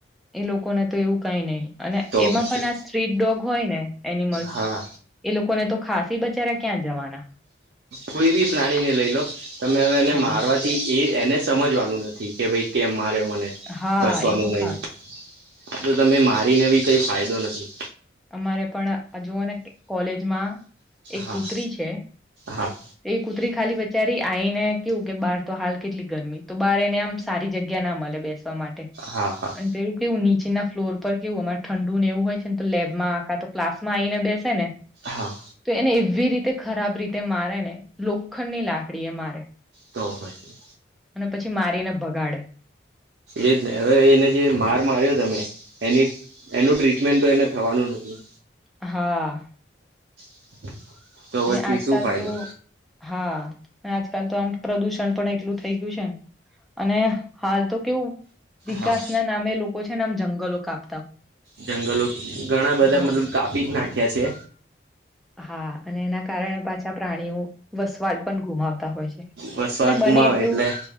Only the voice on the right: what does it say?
તો
પછી
હા
કોઈ બી પ્રાણીને લઈ લો. તમે હવે એને
મારવાથી એ એને સમજવાનું નથી કે ભઈ કેમ મારયો. મને
ભસવાનું
નઈ.
આ તો તમે મારીને બી કઈ ફાયદો નથી.
હા
હા
હા હા
હા
તો પછી.
એજ ને. હવે એને જે માર માર્યો તમે એની એનું ટ્રીટમેન્ટ તો એને થવાનું નથી.
<inaudible>
પછી
શું ફાયદો
હા
જંગલો ઘણા બધા
મતલબ કાપી જ નાખ્યા છે.
વસવાટ
ગુમાવે
એટલે